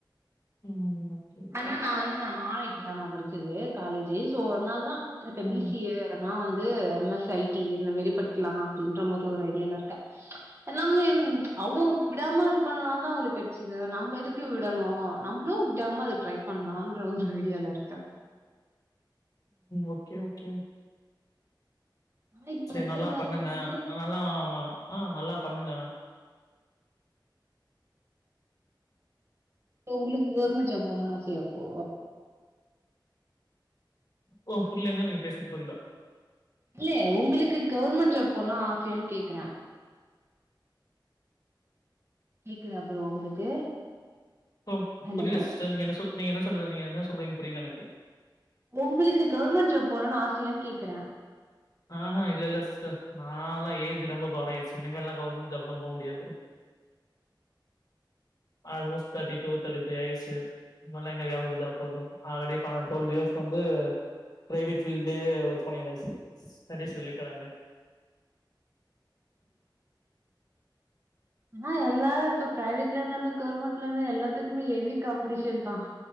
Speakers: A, on the left; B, on the right.
A: ம் ஓகே, ஓகே.
B: அண்ணா நா வந்து நா நா ஐ டி தா நா படிச்சது காலேஜு சோ அதனால தா எனக்கு
A: ம்.
B: பி சி ஏ எதனா வந்து எம் எஸ் ஐ டி இந்த மாரி படிக்கலா அப்டின்ற மாரி ஒரு ஐடியால இருக்கே நாம அவங்க விடாம இது பண்ணனால தான் அவங்களுக்கு கெடைச்சது நம்ம எதுக்கு விடணும் நம்மளும் விடாம அத ட்ரை பண்ணலான்ற ஒரு ஐடியால இருக்கேன்
A: ஒக்கே ஒக்கே
B: ஆனா இப்ப
A: சேரி
B: இருக்கிற
A: நல்லா
B: காலகட்டத்துல
A: பண்ணுங்க நல்லா ஆ நல்லா பண்ணுங்க
B: உங்களுக்கு கவர்மெண்ட் ஜாப் போனும்னு ஆசையாப்போ
A: ஓ புரியலைங்க நீங்க பேசுறது புரியல
B: இல்ல உங்களுக்கு கவர்மெண்ட் ஜாப் போணும் ஆசையான்னு கேக்குறேன் கேக்குதா புரோ உங்களுக்கு
A: ப்போ
B: ஹலோ
A: புரில சிஸ்டர் நீங்க என்ன சொல் நீங்க என்ன சொல்றீங்க நீங்க என்ன சொல்றீங்க புரில எனக்கு
B: உங்களுக்கு கவர்மெண்ட் ஜாப் போணும்னு ஆசையான்னு கேக்குறேன்
A: ஆஹா இல்லயில்ல சிஸ்டர் நாலாம் ஏஜ் ரொம்ப குரையிது இனிமேல்லாம் கவர்மெண்ட் ஜாப்லாம் போக முடியாது almost thirty two thirty three ஆயிருச்சு இப்பல்ல எங்க கவர்ண்மென்ட் ஜாப் போறது ஆல்ரெடி பன்னெண்டு டுவல் இயர்ஸ் வந்து பிரைவேட் ஃபீல்டுலயே ஒர்க் பண்ணியாச்சு செரி சொல்லிட்டாவே
B: ஆ எல்லா இப்ப பிரைவேட்ல இருந்தாலும் கவர்மெண்ட்ல இருந்தாலும் எல்லாத்துக்குமே ஹெவி காம்படிஷன் தான்